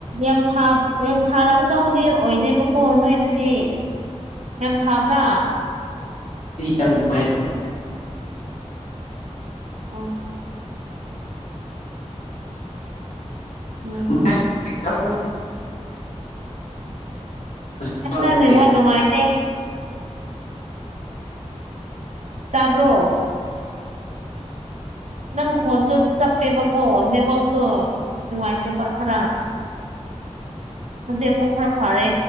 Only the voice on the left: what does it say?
ꯌꯥꯝ ꯅꯨꯡꯉꯥꯏ
ꯃ
ꯍꯧꯖꯤꯛ